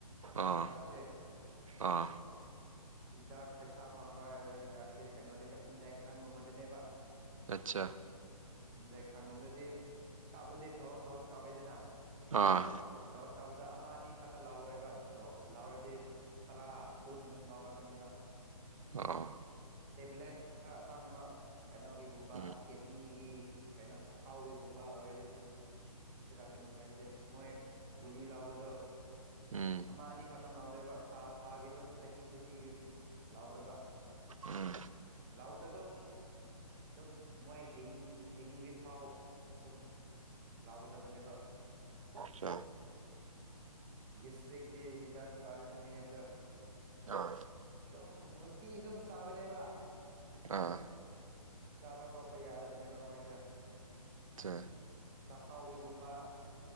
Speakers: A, on the right (about 60°); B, on the right (about 15°).
A: ꯑꯥ
B: ꯍꯤꯗꯥꯛꯁꯦ
A: ꯑꯥ
B: ꯍꯤꯗꯥꯛ ꯄꯩꯁꯥ ꯐꯪꯕ ꯍꯥꯏꯔ ꯍꯤꯗꯥꯛꯁꯦ ꯀꯩꯅꯣꯅꯦꯕ ꯏꯟꯖꯦꯛꯁꯟꯒꯨꯝꯕꯗꯅꯦꯕ
A: ꯑꯆꯥ
B: ꯏꯟꯖꯦꯛꯁꯟꯒꯨꯝꯗꯗꯤ ꯀꯥꯞꯂꯗꯤ ꯗꯣꯁ ꯗꯣꯁ ꯀꯥꯞꯂꯗꯅ
A: ꯑꯥ
B: ꯣꯁ ꯀꯥꯎꯕꯗ ꯑꯃ ꯑꯅꯤ ꯈꯛꯇ ꯂꯥꯎꯔꯣꯏꯕ ꯂꯥꯎꯔꯗꯤ ꯇꯔꯥ ꯀꯨꯟ ꯑꯗꯨꯝ ꯂꯧꯥꯎꯔꯛꯀꯅꯦꯕ
A: ꯑꯣ
B: ꯇꯦꯕ꯭ꯂꯦꯠ ꯈꯔ ꯑꯇꯥꯡꯕ ꯀꯩꯅꯣꯒꯤꯒꯨꯝꯕ
A: ꯎꯝ
B: ꯀꯤꯅꯤ ꯒꯤ ꯀꯩꯅꯣ ꯆꯈꯥꯎꯒꯤꯒꯨꯝꯕ ꯑꯣꯏꯔꯗꯤ ꯑꯗꯨꯝ ꯁꯤ ꯂꯥꯛꯀꯅꯤ ꯍꯥꯏꯕꯗꯤ ꯃꯣꯏ ꯒꯨꯂꯤ ꯂꯥꯎꯕꯗꯣ
A: ꯎꯝ
B: ꯑꯃ ꯑꯅꯤ ꯈꯛꯇꯪ ꯂꯧꯗꯦꯕ ꯊꯥ ꯊꯥꯒꯤ ꯑꯗꯨꯝ ꯆꯍꯤ ꯆꯍꯤꯒꯤ ꯑꯗꯨꯝ ꯂꯥꯎꯋꯦꯕ
A: ꯎꯝ
B: ꯂꯥꯎꯕꯗ ꯑꯗꯨꯝ ꯑꯗꯨꯝ ꯃꯣꯏ ꯍ ꯍꯤꯡꯗ꯭ꯔꯤꯐꯥꯎ ꯑꯗꯨꯝ ꯂꯥꯎꯒꯗꯕꯅꯦꯕ
A: ꯑꯆꯥ
B: ꯁꯇ꯭ꯔꯤꯛꯒꯤ ꯍꯤꯗꯥꯛ ꯆꯥꯔꯤꯕ ꯃꯤ ꯑꯗ
A: ꯑꯥ
B: ꯑꯗꯨꯝ ꯅꯨꯡꯇꯤ ꯑꯗꯨꯝ ꯆꯥꯕꯅꯦꯕ
A: ꯑꯥ
B: ꯆꯥꯕ ꯇꯣꯄ ꯀꯞꯄ ꯌꯥꯗꯕꯅꯦꯕ ꯃꯣꯏꯗ
A: ꯑꯆꯥ
B: ꯆꯈꯥꯎꯒꯤꯒꯨꯝꯕ